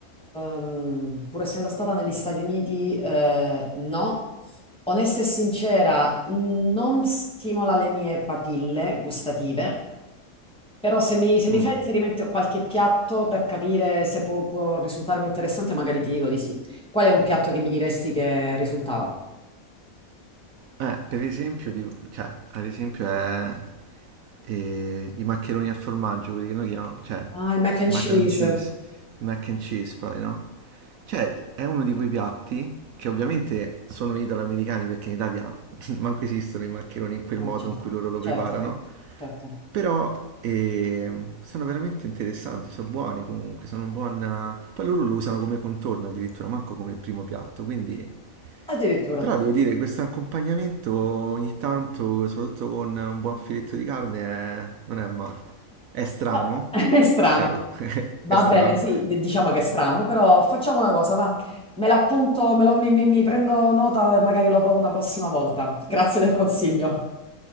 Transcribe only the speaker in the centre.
ehm, pur essendo stata negli Stati Uniti, eh, no. Onesta e sincera, non stimola le mie papille gustative, però se mi, se mi
fai riferimento a qualche piatto per capire se può, può risultarmi interessante, magari ti dico di sì. Qual è un piatto che mi diresti che risultava?
Ah, il mac and
cheese.
Ah,
certo,
certo,
certo.
Addirittura.
Va- <laughs> È strano.
Va
bene, sì, d- diciamo che è strano, però facciamo una cosa, va. Me l'appunto, me lo- mi, mi- mi prendo nota e magari lo provo una prossima volta. Grazie del consiglio.